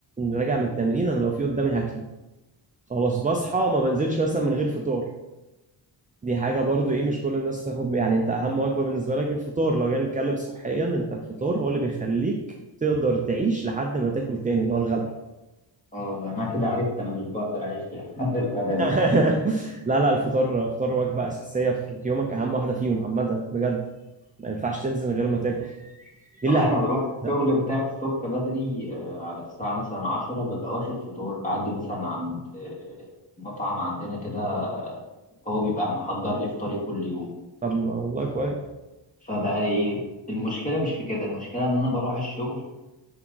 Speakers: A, on the right; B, on the left.
A: راجع من التمرين انا لو في قدامي هاكله خلاص بصحى ما بنزلش مثلا من غير فطار دي حاجه برضو ايه مش كل الناس تاخد يعني انت اهم وجبه بالنسبه لك الفطار لو جينا نتكلم صحيا انت الفطار هو اللي بيخليك تقدر تعيش لحد ما تاكل تاني اللي هو الغدا
B: اه انا كده عرفت انا مش بقدر اعيش لحد الغدا
A: <laughs>
B: دي
A: لا لا الفطار الفطار وجبه اساسيه في يومك اهم واحده فيهم عامه بجد ما ينفعش تنزل من غير ما تاكل دي
B: والله
A: اللي هتبدأ.
B: انا بروح الشغل بتاعي الصبح بدري آه، على الساعه مثلا 10 ببقى واخد فطور بعدي مثلا عند آه، مطعم عندنا كده هو بيبقى محضر لي فطاري كل يوم
A: طب ما والله كويس
B: فبقى ايه المشكله مش في كده المشكله ان انا بروح الشغل